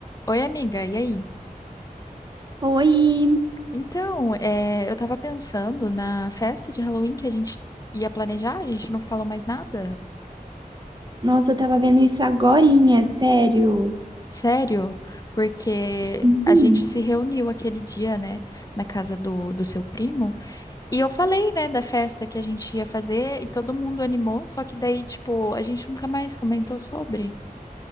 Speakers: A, on the left; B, on the right.
A: Oi, amiga, e aí?
B: Oi!
A: Então, é, eu tava pensando na festa de Halloween que a gente ia planejar, a gente não falou mais nada.
B: Nossa, eu tava vendo isso agorinha, sério.
A: Sério? Porque
B: Uhum.
A: a gente se reuniu aquele dia, né, na casa do, do seu primo, e eu falei, né, da festa que a gente ia fazer e todo mundo animou, só que daí, tipo, a gente nunca mais comentou sobre.